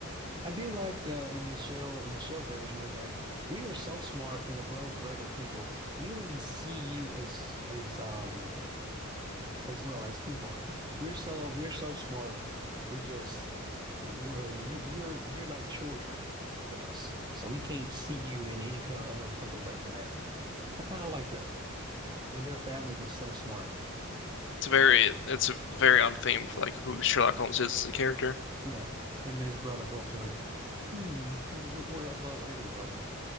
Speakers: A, on the right; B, on the left.
A: I do like the in the shell in the shell version is like we are so smart and above regular people. We don't even see you as as um as well as people. <laughs> We're so we're so smart. We're just well, you you're you're like children to us. So we can't see you in any kind of other way than that. I kind of like that. Their family was so smart.
B: It's very it's very on theme for like who Sherlock Holmes is as a character.
A: Yeah, him and his brother both like, hmm, we- we're above everyone.